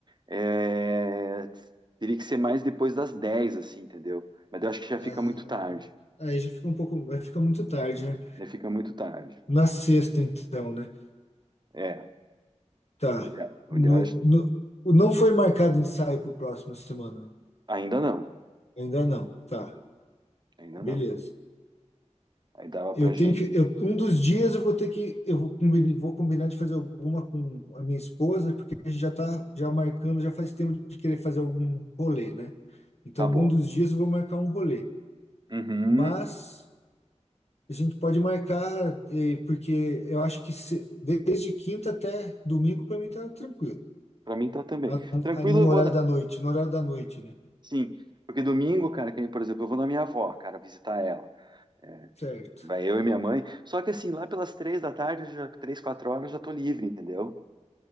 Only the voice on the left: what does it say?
Ah,
aí já fica um pouco, vai ficar muito tarde, né?
Na sexta, então, né?
Tá.
No,
no, não foi marcado ensaio para próxima semana, né?
Ainda não. Tá.
Beleza.
Eu
tenho que, eu, um dos dias eu vou ter que, eu vou combinar, vou combinar de fazer alguma com a minha esposa, porque a gente já tá já marcando, já faz tempo de querer fazer algum rolê, né? Então,
algum
dos dias eu vou marcar um rolê.
Mas a gente pode marcar, eh, porque eu acho que se- desde quinta até domingo para mim tá tranquilo.
A-
a- no
horário
da noite, no horário da noite, né?
Certo.